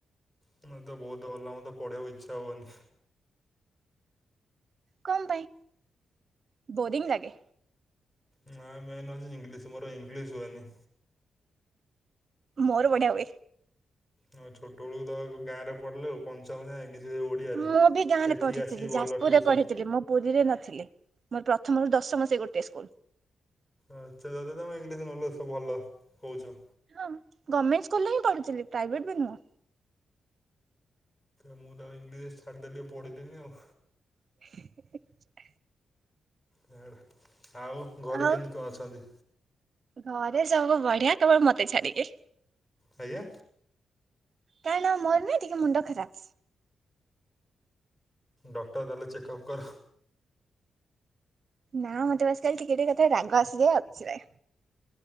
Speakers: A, on the left; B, on the right.
A: ତମେତ ବହୁତ ଭଲ, ମତେ ପଢିବାକୁ ଇଚ୍ଛା ହୁଏନି।
B: କଣ ପାଇଁ ବୋରିଙ୍ଗ ଲାଗେ।
A: ନାଁ ମେନ୍ ଅଚି ଇଂଲିଶ, ମୋର ଇଂଲିଶ ହୁଏନି।
B: ମୋର ବଢିଆ ହୁଏ।
A: ହଁ ଛୋଟ ବଳୁତ ଗାଁରେ ପଢିଲେ, ଉ ପଞ୍ଚମ ଜାଏ ଇଂଲି ଯେ ଓଡ଼ିଆରେ,
B: ମୁଁ ବି ଗାଁରେ
A: ଏଠି
B: ପଢିଥିଲି
A: ଆସିକି ଭଲ
B: ଯାଜପୁରରେ
A: ଟ୍ୟୁସନ୍
B: ପଢିଥିଲି ମୁଁ ପୁରୀରେ ନଥିଲେ, ମୋର ପ୍ରଥମରୁ ଦଶମ ସେ ଗୋଟେ ସ୍କୁଲ୍।
A: ଆଏତେ ଯଦିତମେ ଇଂଲିଶ ନଲେଜ୍ ସବୁ ଭଲ କହୁଚ।
B: ହ ଗମେଣ୍ଟ ସ୍କୁଲରେହିଁ ପଢ଼ିଥିଲି, ପ୍ରାଇଭେଟବି ନୁହଁ।
A: ମୁଁତ ଇଂଲିଶରେ ଛାଡିଦେଲି, ଆଉ ପୋଢ଼ିଲିନି ଆଉ।
B: <inaudible>
A: ୟାଡ଼ା, ଆଉ ଘରେ
B: ଆଉ
A: କେମିତି କଣ ଅଛନ୍ତି?
B: ଘରେ ସବୁ ବଢିଆ, କେବଳ ମତେ ଛାଡ଼ିକି।
A: ଆଜ୍ଞା
B: କାରଣ ମୋରନା ଟିକେ ମୁଣ୍ଡ ଖରାପ୍।
A: ଡକ୍ଟର ତାହେଲେ ଚେକଅପ୍ କର।
B: ନା ମତେ ବାସ୍ ଖାଲି ଟିକେ, ଟିକେ କଥାରେ ରାଗ ଆସିଯାଏ ଆଉ କିଛି ନାଇଁ।